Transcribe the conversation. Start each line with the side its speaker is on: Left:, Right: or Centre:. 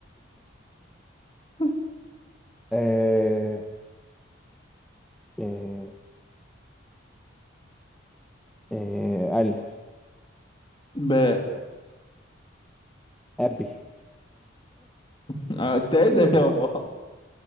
Left: <laughs>
Centre: آه، آه، آه، ألف
Left: باء
Centre: أبي
Left: آه، انت ايه ده
Centre: <laughs>
Left: يابا